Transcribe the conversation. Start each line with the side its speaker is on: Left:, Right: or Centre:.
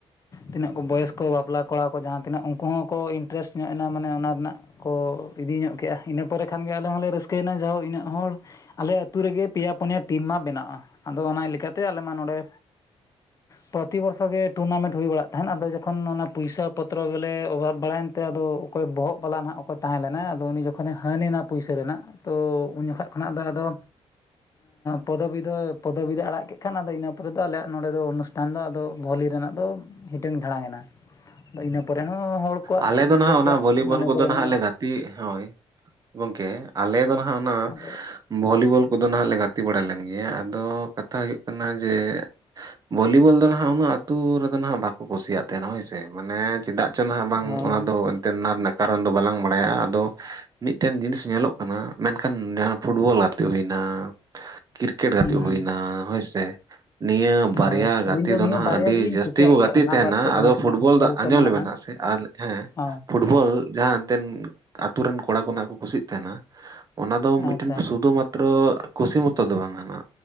Left: ᱛᱤᱱᱟᱹᱜ ᱠᱚ ᱵᱚᱭᱚᱥ ᱠᱚ ᱵᱟᱯᱞᱟ ᱠᱚᱲᱟ ᱠᱚ ᱡᱟᱦᱟᱸ ᱛᱤᱱᱟᱹᱜ ᱩᱱᱠᱩ ᱦᱚᱸᱠᱚ ᱤᱱᱴᱟᱨᱮᱥᱴ ᱧᱚᱜ ᱮᱱᱟ ᱢᱟᱱᱮ ᱚᱱᱟ ᱨᱮᱱᱟᱜ ᱠᱚ ᱤᱫᱤ ᱧᱚᱜ ᱠᱮᱜᱼᱟ ᱤᱱᱟᱹ ᱯᱚᱨᱮ ᱠᱷᱟᱱᱜᱮ ᱟᱞᱮ ᱦᱚᱸᱞᱮ ᱨᱟᱹᱥᱠᱟᱹᱭᱮᱱᱟ ᱡᱟᱦᱚ ᱤᱱᱟᱹᱜ ᱦᱚᱲ ᱟᱞᱮ ᱟᱹᱛᱩ ᱨᱮᱜᱮ ᱯᱮᱭᱟ ᱯᱩᱱᱭᱟ ᱴᱤᱢ ᱢᱟ ᱵᱮᱱᱟᱜᱼᱟ ᱟᱫᱚ ᱚᱱᱟ ᱞᱮᱠᱟᱛᱮ ᱟᱞᱮ ᱢᱟ ᱱᱚᱰᱮ ᱯᱨᱚᱛᱤ ᱵᱚᱨᱥᱚ ᱜᱮ ᱴᱩᱨᱱᱟᱢᱮᱱᱴ ᱦᱩᱭ ᱵᱟᱲᱟᱜ ᱛᱟᱦᱮᱸᱫ ᱟᱫᱚ ᱡᱚᱠᱷᱚᱱ ᱚᱱᱟ ᱯᱩᱭᱥᱟᱹ ᱯᱚᱛᱨᱚ ᱜᱮᱞᱮ ᱚᱵᱷᱟᱵᱽ ᱵᱟᱲᱟᱭᱮᱱ ᱛᱮ ᱟᱫᱚ ᱚᱠᱚᱭ ᱵᱚᱦᱚᱜ ᱵᱟᱞᱟ ᱱᱟᱦᱟᱜ ᱚᱠᱚᱭ ᱛᱟᱦᱮᱸ ᱞᱮᱱᱟ ᱟᱫᱚ ᱩᱱᱤ ᱡᱚᱠᱷᱚᱱᱮ ᱦᱟᱹᱱᱮᱱᱟ ᱯᱩᱭᱥᱟᱹ ᱨᱮᱱᱟᱜ ᱛᱚ ᱩᱱ ᱡᱚᱠᱷᱟᱱ ᱠᱷᱚᱱᱟᱜ ᱫᱚ ᱟᱫᱚ ᱯᱚᱫᱚᱵᱤ ᱫᱚ ᱯᱚᱫᱚᱵᱤ ᱞᱮ ᱟᱲᱟᱜ ᱠᱮᱫ ᱠᱷᱟᱱ ᱟᱫᱚ ᱤᱱᱟᱹ ᱯᱚᱨᱮ ᱫᱚ ᱟᱞᱮᱭᱟᱜ ᱱᱚᱸᱰᱮ ᱫᱚ ᱚᱱᱩᱥ -ᱴᱷᱟᱱ ᱫᱚ ᱟᱫᱚ ᱵᱷᱚᱞᱤ ᱨᱮᱱᱟᱜ ᱫᱚ ᱦᱤᱴᱟᱹᱱ ᱡᱷᱟᱲᱟᱝ ᱮᱱᱟ ᱟᱫᱚ ᱤᱱᱟᱹ ᱯᱚᱨᱮ ᱦᱚᱸ ᱦᱚᱲ ᱠᱚᱣᱟᱜ
Right: ᱟᱞᱮ
Left: ᱜᱤᱫᱽᱨᱟᱹ
Right: ᱫᱚ ᱱᱟᱦᱟᱜ ᱚᱱᱟ
Left: ᱠᱚᱣᱟᱜ
Right: ᱵᱷᱚᱞᱤ
Left: ᱢᱚᱱᱮ
Right: ᱵᱚᱞ ᱠᱚᱫᱚ
Left: ᱠᱚᱨᱮ
Right: ᱱᱟᱦᱟᱜ
Left: ᱦᱚᱸ
Right: ᱞᱮ ᱜᱟᱛᱮ ᱛᱤ ᱦᱳᱭ ᱜᱚᱢᱠᱮ ᱟᱞᱮ ᱫᱚ ᱦᱟᱜ ᱚᱱᱟ
Left: ᱟᱫᱚ
Right: ᱵᱷᱚᱞᱤᱵᱚᱞ ᱠᱚᱫᱚ ᱦᱟᱜ ᱞᱮ ᱜᱟᱛᱮ ᱵᱟᱲᱟ ᱞᱮᱱ ᱜᱮᱭᱟ ᱟᱫᱚ ᱠᱟᱛᱷᱟ ᱦᱩᱭᱩᱜ ᱠᱟᱱᱟ ᱡᱮ ᱵᱷᱚᱞᱤ ᱵᱚᱞ ᱫᱚ ᱱᱟᱦᱟᱜ ᱩᱱᱟᱹᱜ ᱟᱹᱛᱩ ᱨᱮᱫᱚ ᱱᱟᱦᱟᱜ ᱵᱟᱠᱚ ᱠᱩᱥᱤᱭᱟᱜ ᱛᱟᱦᱮᱸᱱᱟ ᱦᱳᱭ ᱥᱮ ᱢᱟᱱᱮ ᱪᱮᱫᱟᱜ ᱪᱚ ᱱᱟᱦᱟᱜ ᱵᱟᱝ
Left: ᱦᱳᱭ
Right: ᱮᱱᱛᱮ ᱚᱱᱟ ᱨᱮᱱᱟᱜ ᱠᱟᱨᱚᱱ ᱫᱚ ᱵᱟᱞᱟᱝ ᱵᱟᱲᱟᱭᱟ ᱟᱫᱚ ᱢᱤᱫᱴᱮᱱ ᱡᱤᱱᱤᱥ ᱧᱮᱞᱚᱜ ᱠᱟᱱᱟ ᱢᱮᱱᱠᱷᱟᱱ ᱡᱟᱦᱟᱸ ᱯᱷᱩᱴᱵᱚᱞ ᱜᱟᱛᱮᱜ ᱦᱩᱭᱱᱟ ᱠᱨᱤᱠᱮᱴ ᱜᱟᱛᱮᱜ
Left: ᱦᱩᱸ
Right: ᱦᱩᱭᱱᱟ ᱦᱳᱭ ᱥᱮ ᱱᱤᱭᱳ ᱵᱟᱨᱭᱟ
Left: ᱦᱳᱭ
Right: ᱜᱟᱛᱮ
Left: ᱟᱹᱞᱤᱧ
Right: ᱫᱚ
Left: ᱱᱤᱭᱟᱹ
Right: ᱦᱟᱜ
Left: ᱵᱟᱨᱭᱟ
Right: ᱟᱹᱰᱤ
Left: ᱜᱮᱞᱤᱧ
Right: ᱡᱟᱹᱥᱛᱤ
Left: ᱠᱩᱥᱤᱭᱟᱜ
Right: -ᱛᱤ ᱠᱚ
Left: ᱜᱮᱭᱟ
Right: ᱜᱟᱛᱮᱜ
Left: ᱚᱱᱟ
Right: ᱛᱟᱦᱮᱱᱟ
Left: ᱵᱟᱫᱽ ᱛᱮ ᱡᱟᱦᱟᱸ
Right: ᱟᱫᱚ
Left: ᱛᱤᱱᱟᱹᱜ
Right: ᱯᱷᱩᱴᱵᱚᱞ
Left: ᱠᱷᱮᱞ
Right: ᱫᱚ
Left: ᱠᱚ
Right: ᱟᱸᱡᱚᱢ
Left: ᱢᱮᱱᱟᱜᱼᱟ
Right: ᱞᱮᱵᱮᱱ ᱦᱟᱸᱜ ᱥᱮ ᱟᱨ ᱦᱮᱸ
Left: ᱦᱚᱸ
Right: ᱯᱷᱩᱴᱵᱚᱞ ᱡᱟᱦᱟᱸ ᱮᱱᱛᱮ ᱟᱹᱛᱩ ᱨᱮᱱ ᱠᱚᱲᱟ ᱠᱚ ᱦᱟᱜ ᱠᱚ ᱠᱩᱥᱤᱜ ᱛᱟᱦᱮᱸᱱᱟ ᱚᱱᱟ ᱫᱚ ᱢᱤᱫᱴᱮᱱ
Left: ᱟᱪᱪᱷᱟ
Right: ᱥᱩᱫᱷᱩ ᱢᱟᱛᱨᱚ ᱠᱩᱥᱤ ᱢᱚᱛᱚ ᱫᱚ ᱵᱟᱝ ᱠᱟᱱᱟ